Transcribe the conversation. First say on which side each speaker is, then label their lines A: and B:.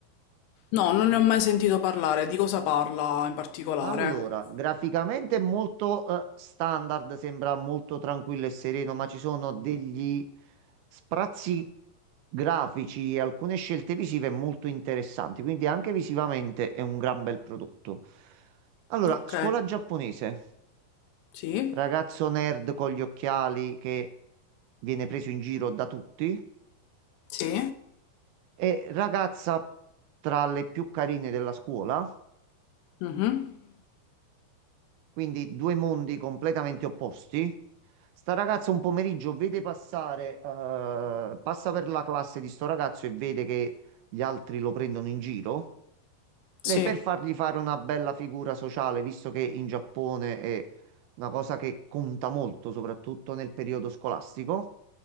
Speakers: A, on the left; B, on the right.
A: No, non ne ho mai sentito parlare, di cosa parla in particolare?
B: Allora, graficamente è molto eh, standard, sembra molto tranquillo e sereno, ma ci sono degli sprazzi grafici e alcune scelte visive molto interessanti, quindi anche visivamente è un gran bel prodotto. Allora,
A: Ok.
B: scuola giapponese,
A: Sì?
B: ragazzo nerd con gli occhiali che viene preso in giro da tutti
A: Sì?
B: e ragazza tra le più carine della scuola
A: Mhm.
B: quindi due mondi completamente opposti. Sta ragazza un pomeriggio vede passare, eh, passa per la classe di sto ragazzo e vede che gli altri lo prendono in giro. Lei
A: Sì.
B: per fargli fare una bella figura sociale, visto che in Giappone è una cosa che conta molto, soprattutto nel periodo scolastico,